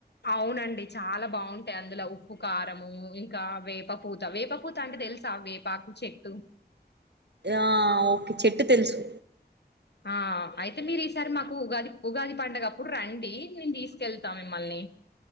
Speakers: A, on the left; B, on the right.
A: అవునండి చాలా బాగుంటాయి అందులో ఉప్పు కారము ఇంకా వేపపూత వేపపూత అంటే తెలుసా వేపాకు చెట్టు
B: ఆ ఓకే చెట్టు తెలుసు
A: ఆ అయితే మీరు ఈసారి మాకు ఉగాది ఉగాది పండగప్పుడు రండి నేను తీసుకెళ్తా మిమ్మల్ని